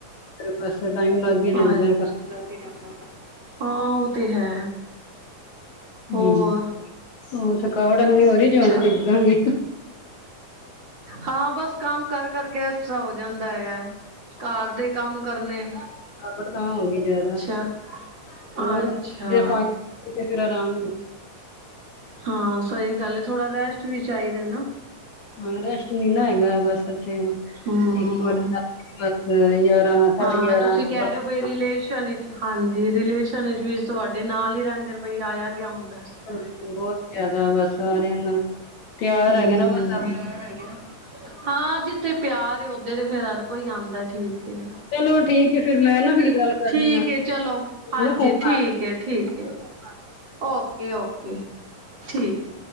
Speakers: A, on the left (about 65°); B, on the right (about 35°).
A: ਬੱਸ ਟਾਇਮ ਲੱਗ ਹੀ ਜਾਂਦਾ
B: ਅੱਛਾ
A: ਹੈ
B: ਹਾਂ ਉਹ ਤੇ ਹੈ ਹੋਰ
A: ਹਮ ਉਹ ਥਕਾਵਟ ਇਨੀ ਹੀ ਜਿਵੇਂ
B: ਅੱਛਾ
A: ਡਿੱਗਾਂਗੇ
B: ਹਾਂ ਬਸ ਕੰਮ ਕਰ ਕਰ ਕੇ ਇਸ ਤਰ੍ਹਾਂ ਹੋ ਜਾਂਦਾ ਹੈਗਾ। ਘਰ ਦੇ ਕੰਮ ਕਰਨੇ।
A: ਆਹ ਪੜਤਾਂ ਹੋ ਗਈ ਜਿਆਦਾ।
B: ਅੱਛਾ
A: ਸੌ
B: ਅੱਛਾ
A: ਵੀ ਲੈਂਦਾ ਹੈ ਫੇਰ ਪਾ ਕੇ ਕੀਤੇ ਫੇਰ ਆਰਾਮ ਨਹੀਂ।
B: ਹਾਂ ਸਹੀ ਗੱਲ ਹੈ। ਥੋੜਾ ਰੈਸਟ ਵੀ ਚਾਹੀਦਾ ਨਾ।
A: ਹਾਂ ਰੈਸਟ ਨਹੀਂ ਨਾ ਹੈਗਾ ਬਸ ਅਤੇ
B: ਹੂੰ
A: ਇੱਕ। ਸੋਰੀ ਦਾ ਬੱਸ ਗਿਆਰਾਂ ਸਾਢੇ
B: ਹਾਂ
A: ਗਿਆਰਾਂ
B: ਤੁਸੀਂ ਕਹਿ
A: ਬੱਸ।
B: ਰਹੇ ਹੋ ਬਈ ਰਿਲੇਸ਼ਨ ਵਿੱਚ ਹਾਂਜੀ ਰਿਲੇਸ਼ਨ ਵਿੱਚ ਵੀ ਤੁਹਾਡੇ ਨਾਲ ਹੀ ਰਹਿੰਦੇ ਬਈ ਆਇਆ ਗਿਆ ਹੁੰਦਾ ਹੈ।
A: ਹੂੰ ਬਹੁਤ ਜ਼ਿਆਦਾ ਬਸ ਸਾਰਿਆਂ ਨਾਲ। ਪਿਆਰ
B: ਹੂੰ
A: ਹੈਗਾ ਨਾ ਬਸ ਹਾਂ
B: ਹਾਂ ਜਿੱਥੇ ਪਿਆਰ ਉੱਥੇ ਤੇ ਫੇਰ। ਕੋਈ ਆਉਂਦਾ ਠੀਕ ਹੈ।
A: ਚਲੋ ਠੀਕ ਹੈ ਫਿਰ
B: ਚਲੋ
A: ਮੈਂ ਨਾ
B: ਠੀਕ
A: ਫਿਰ
B: ਹੈ।
A: ਗੱਲ ਕਰਨੀ
B: ਠੀਕ
A: ਆ
B: ਹੈ ਚਲੋ
A: ਮੈਨੂੰ
B: ਹਾਂਜੀ
A: ਨਾ ਫੋਨ
B: ਠੀਕ
A: ਆ ਰਿਹਾ
B: ਹੈ। ਠੀਕ ਹੈ ਓਕੇ ਓਕੇ ਠੀਕ।